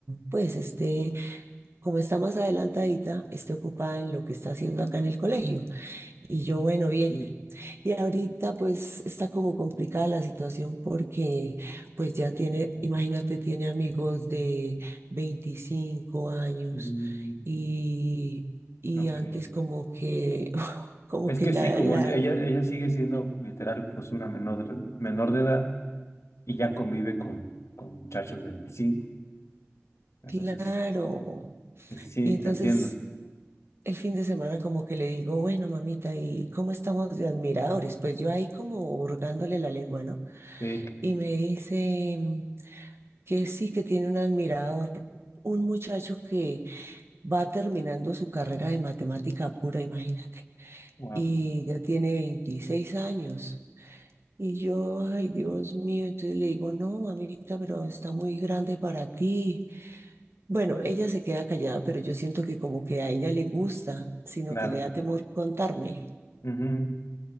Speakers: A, on the right; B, on the left.
A: pues esté, como está más adelantadita, esté ocupada en lo que está haciendo acá en el colegio. Y yo, bueno, bien.
B: Sí.
A: Y ahorita pues está como complicada la situación porque pues ya tiene, imagínate, tiene amigos de veinticinco años
B: Mm,
A: y, y
B: ok.
A: antes como que, <laughs> como
B: Es
A: que
B: que
A: la,
B: sí, como
A: la,
B: es- ella, ella sigue siendo literal, pues una menor, menor de edad y ya convive con, con muchachos de 25. Entonces,
A: claro.
B: es- sí,
A: Y entonces
B: te entiendo.
A: el fin de semana como que le digo, bueno, mamita, ¿y cómo estamos de admiradores? Pues yo ahí como hurgándole la lengua, ¿no?
B: Sí,
A: Y me dice... que sí que tiene un admirador, un muchacho que va terminando su carrera de matemática pura, imagínate,
B: wow,
A: y ya tiene 26 años. Y yo, ay Dios mío, entonces le digo, no, mamita, pero está muy grande para ti. Bueno, ella se queda callada, pero yo siento que como que a ella le gusta, sino
B: claro.
A: que le da temor contarme,
B: Ujú.